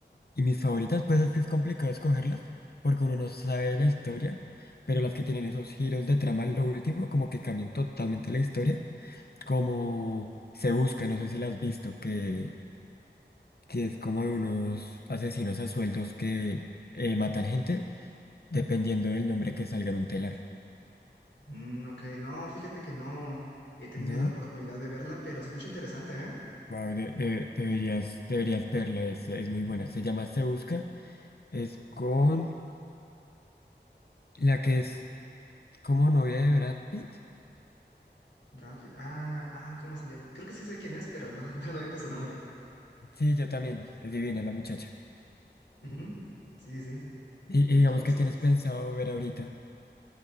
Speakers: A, on the left; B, on the left.
A: y mis favoritas, pues es que es complicado escogerlas porque uno no sabe la historia, pero las que tienen esos giros de trama, lo último, como que cambian totalmente la historia. Como Se Busca, no sé si la has visto, que, que es como de unos asesinos a sueldos que eh, matan gente dependiendo del nombre que salga en un telar,
B: Mm, ok, no, fíjate que no he tenido
A: ¿no?
B: la oportunidad de verla, pero se escucha interesante, ¿eh?
A: Wow, de- de- deberías, deberías verla, es, es muy buena. Se llama Se Busca, es con la que es como novia de Brad Pitt.
B: Brad Pitt. Ah, ah, ¿cómo se llama? Creo que sí sé quién es, pero no <laughs> recuerdo ahorita su nombre.
A: Sí, Sí, yo también, es divina la muchacha.
B: Ujú. Sí, sí, sí.
A: Y,
B: Entonces,
A: y digamos que tienes pensado ver ahorita.